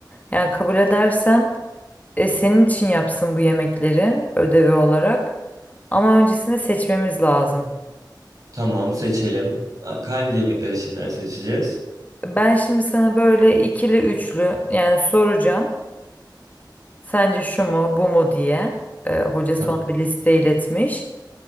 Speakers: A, on the left; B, on the right.
A: Yani kabul edersen. e, senin için yapsın bu yemekleri ödevi olarak. Ama öncesinde seçmemiz lazım.
B: Tamam seçelim. Ha, Hangi yemekler içinden seçeceğiz?
A: Ben şimdi sana böyle ikili üçlü yani soracağım. Sence şu mu bu mu diye. E, hoca
B: Tamam,
A: son bir liste iletmiş.